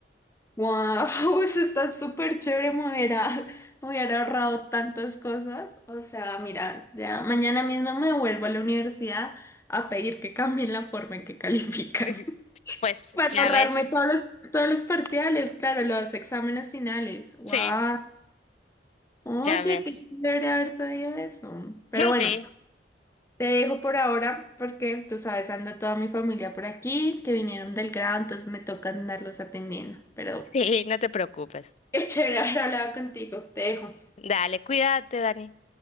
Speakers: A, on the left (about 15°); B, on the left (about 40°).
A: Wow, <laughs> eso está súper chévere, me hubiera, me hubiera ahorrado tantas cosas. O sea, mira, ya mañana mismo me vuelvo a la universidad a pedir que cambien la forma en que califican.
B: <laughs>
A: <laughs>
B: Pues
A: Para
B: ya
A: ahorrarme
B: ves,
A: todos los, todos los parciales, claro, los exámenes finales. Wow.
B: sí,
A: Oye,
B: ya ves.
A: qué chévere haber sabido eso. Pero
B: <laughs>
A: bueno,
B: Sí,
A: te dejo por ahora porque tú sabes, anda toda mi familia por aquí, que vinieron del grado, entonces me toca andarlos atendiendo. Pero
B: sí, no te preocupes.
A: <laughs> qué chévere haber hablado contigo. Te dejo.
B: Dale, cuídate, Dani.